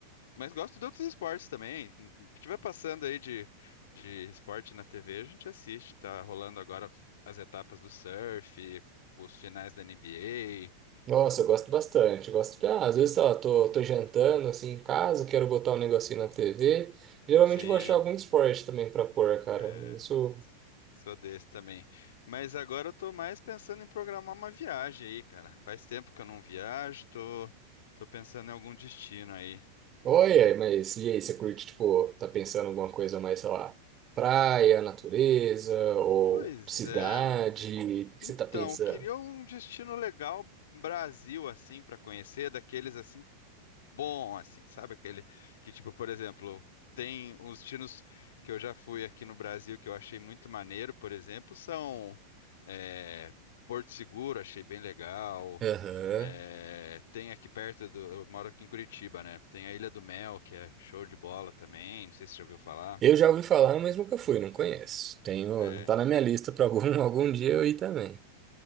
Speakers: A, on the left; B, on the right.
A: Mas gosto de outros esportes também. O que tiver passando aí de, de esporte na TV, a gente assiste. Tá rolando agora as etapas do surf, os finais da NBA.
B: Nossa, eu gosto bastante. eu Gosto de... ah, às vezes, sei
A: É,
B: lá, tô, tô jantando assim em casa, quero botar um negocinho na TV. Geralmente
A: sim.
B: eu vou achar algum esporte também pra pôr, cara.
A: É,
B: Isso.
A: sou desse também. Mas agora eu tô mais pensando em programar uma viagem aí, cara. Faz tempo que eu não viajo, tô, tô pensando em algum destino aí.
B: Olha, mas e aí, você curte, tipo, tá pensando em alguma coisa mais, sei lá, praia, natureza ou
A: Pois
B: cidade?
A: é. n-
B: O que
A: Então,
B: você tá pensando?
A: eu queria um destino legal Brasil assim para conhecer, daqueles assim bom assim, sabe aquele que tipo, por exemplo, tem uns destinos que eu já fui aqui no Brasil que eu achei muito maneiro, por exemplo, são é, Porto Seguro, achei bem legal.
B: Aham.
A: É, tem aqui perto do. Eu moro aqui em Curitiba, né? Tem a Ilha do Mel, que é show de bola também. Não sei se você já ouviu falar.
B: Eu já ouvi falar, mas nunca fui, não conheço. Tenho,
A: É,
B: tá na minha lista pra algum, <laughs> algum
A: sim.
B: dia eu ir também.